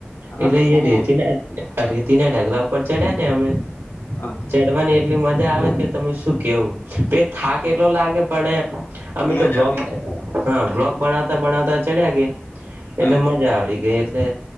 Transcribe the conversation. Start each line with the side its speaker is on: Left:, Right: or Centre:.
Left: હા
Right: એટલે એ
Left: ઓ
Right: રેતી ના અરેતીના ઢગલા ઉપર ચડ્યા ને અમે
Left: હા
Right: ચડવાની એટલી મજા આવે કે તમે શું કેવું. થાક
Left: હા
Right: એટલો લાગે પણ અમે
Left: મજા
Right: તો બ્લોગ
Left: આવી ગઈ
Right: હા બ્લોગ બનાવતા બનાવતા ચડ્યા ગ એટલે
Left: હા
Right: મજા આવી ગઈ એટલે